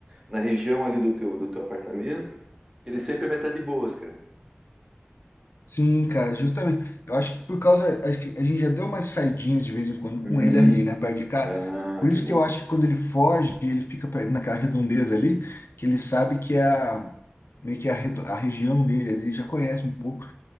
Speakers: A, on the right; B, on the left.
A: na região ali do teu, do teu apartamento, ele sempre vai estar de boas, cara.
B: Sim, cara, justamente. Eu acho que por causa. Acho que a gente já deu umas saidinhas de vez em quando
A: Uhum.
B: com ele ali, né, perto de cá.
A: Ah,
B: Por
A: que
B: isso
A: bom.
B: que eu acho que quando ele foge, ele fica per- naquela redondeza ali, que ele sabe que é a. Meio que a, redo- a região dele, ele já conhece um pouco.